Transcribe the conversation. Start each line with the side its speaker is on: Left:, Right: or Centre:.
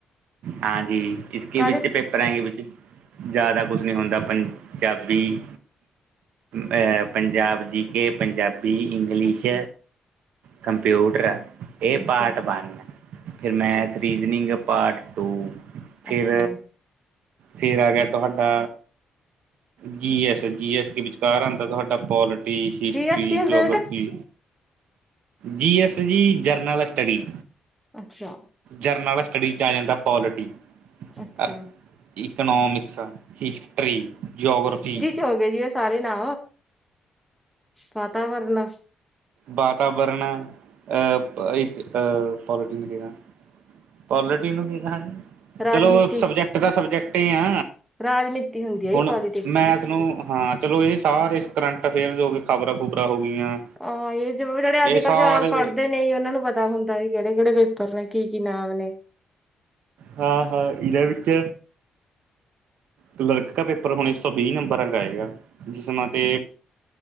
Right: ਹਾਂਜੀ ਇਸ ਕੀ
Centre: ਕਰ
Right: ਵਿੱਚ ਪੇਪਰਾਂ ਵਿੱਚ ਜ਼ਿਆਦਾ ਕੁਛ ਨਹੀਂ ਹੁੰਦਾ ਆਪਾਂ ਪੰਜਾਬੀ, ਐ ਪੰਜਾਬ ਜੀ ਕੇ ਪੰਜਾਬੀ ਵੀ ਇੰਗਲਿਸ਼
Centre: ਅੱਛਾ ਜੀ,
Right: ਕੰੰਪਿਊਟਰ ਇਹ
Centre: ਅੱਛਾ,
Right: ਪਾਰਟ ਵਨ, ਫੇਰ ਮੈਥ
Centre: ਅੱਛ-
Right: ਰੀਜ਼ਨਿੰਗ ਪਾਰਟ ਟੂ ਫਿਰ,
Centre: ਅੱਛਾ ਜੀ।
Right: ਫੇਰ ਆ ਗਿਆ ਤੁਹਾਡਾ G S G S K ਵਿਚਕਾਰ ਆਉਂਦਾ ਤੁਹਾਡਾ ਪੋਲਟ ਵੀ ਹਿਸਟਰੀ
Centre: ਜੀ ਐਸ ਕੀ ਹੁੰਦਾ
Right: ਜੋਗ੍ਰਫੀ
Centre: ਬੇਟਾ?
Right: ਜੀ ਐਸ ਜੀ ਜਰਨਲ ਸਟੱਡੀ,
Centre: ਅੱਛਾ,
Right: ਜਰਨਲ ਸਟੱਡੀ 'ਚ ਆ ਜਾਂਦਾ ਕੋਆਲਿਟੀ
Centre: ਅੱਛਾ।
Right: ਅ ਇਕਨੋਮਿਕਸ, ਹਿਸਟਰੀ ਜੋਗਰਫੀ
Centre: ਵਿੱਚ ਹੀ ਹੋ ਗਏ ਜੀ ਇਹ ਸਾਰੇ ਨਾ, ਵਾਤਾਵਰਨ
Right: ਵਾਤਾਵਰਨ ਅਹ ਇਕ ਪੋਲੀਟੀਨ ਕਿਹੜਾ ਪੋਲੀਟੀਨ ਕਿਹਾਂ,
Centre: ਰਾਜਨੀਤੀ
Right: ਚਲੋ ਸਬਜੈਕਟ ਦਾ ਸਬਜੈਕਟ ਹੀ ਆ
Centre: ਰਾਜਨੀਤੀ ਹੁੰਦੀ ਹੈ
Right: ਹੁਣ
Centre: ਜੀ ਪੋਲੀਟਿਕਸ।
Right: ਮੈਂਥ ਨੂੰ ਹਾਂ ਚਲੋ ਇਹ ਸਾਰੇ ਕਰੰਟ ਅਫੇਅਰਸ ਹੋ ਗਏ, ਖ਼ਬਰਾਂ ਖੁਬਰਾਂ ਹੋ ਗਈਆਂ
Centre: ਆਹੋ, ਇਹ ਜ ਜਿਹੜੇ ਅੱਜ-
Right: ਇਹ ਸਾਰੇ
Centre: ਕੱਲ ਜਾ ਫਾੜਦੇ ਨਹੀਂ ਉਹਨਾਂ ਨੂੰ ਪਤਾ ਹੁੰਦਾ, ਵੀ ਕਿਹੜੇ- ਕਿਹੜੇ ਪੇਪਰ ਨੇ ਕੀ- ਕੀ ਨਾਮ ਨੇ
Right: ਹਾਂ- ਹਾਂ ਇਹਦੇ ਵਿੱਚ ਕਲਰਕ ਦਾ ਪੇਪਰ ਹੁਣ ਇੱਕ ਸੌ ਵੀਹ ਨੰਬਰਾਂ ਦਾ ਹੈਗਾ, ਜਿਸਮ੍ਹਾਂ ਤੇ